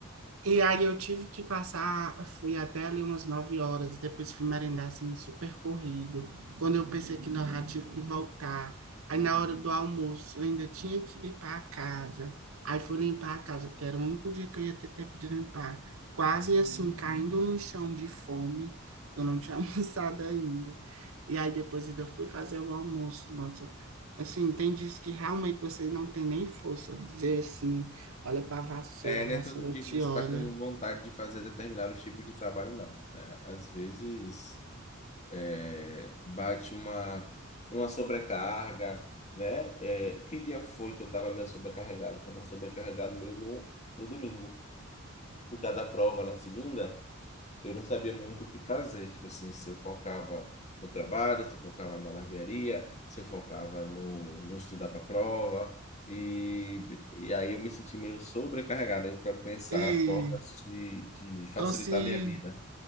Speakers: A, on the right; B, on the left.
A: E aí eu tive que passar, fui até ali umas 9 horas, depois fui merendar assim, super corrido. Quando eu pensei que não, já tive que voltar. Aí na hora do almoço eu ainda tinha que limpar a casa. Aí fui limpar a casa, porque era o único dia que eu ia ter tempo de limpar. Quase assim, caindo no chão de fome, eu não tinha <laughs> almoçado ainda. E aí depois ainda fui fazer o almoço. Nossa, assim, tem dias que realmente você não tem nem força, de dizer assim. Olha pra vassoura,
B: É,
A: a
B: não
A: vassoura
B: é todo dia
A: te
B: que você
A: olha.
B: está com vontade de fazer determinados tipos de trabalho, não, né? Às vezes é, bate uma, uma sobrecarga, né? É, que dia foi que eu estava meio sobrecarregado? Estava sobrecarregado meio no, no domingo, por causa da prova na segunda. eu não sabia muito o que fazer. Tipo assim, se eu focava no trabalho, se eu focava na barbearia, se eu focava no, no estudar para prova. E, e aí eu me senti meio sobrecarregado. Eu quero pensar
A: Ei,
B: formas de, de facilitar
A: ou se,
B: a minha vida.